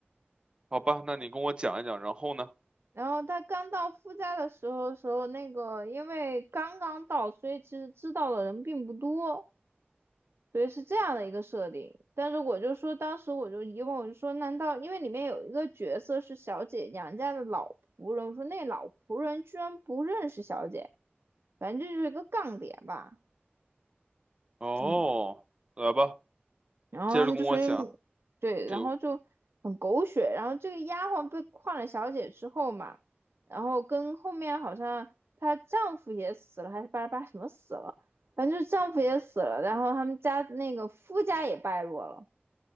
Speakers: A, on the right; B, on the right.
A: 好吧，那你跟我讲一讲，然后呢？
B: 然后他刚到夫家的时候，时候那个因为刚刚到，所以其实知道的人并不多，所以是这样的一个设定。但是我就说，当时我就疑问，我就说，难道因为里面有一个角色是小姐娘家的老仆人，我说那老仆人居然不认识小姐，反正这就是一个杠点吧，
A: 哦，
B: 嗯。
A: 来吧，
B: 然后他们就说因，
A: 接着跟我讲
B: 对，
A: 这个，
B: 然后就很狗血。然后这个丫鬟被换了小姐之后嘛，然后跟后面好像她丈夫也死了，还是巴拉巴拉什么死了，反正就是丈夫也死了，然后他们家那个夫家也败落了。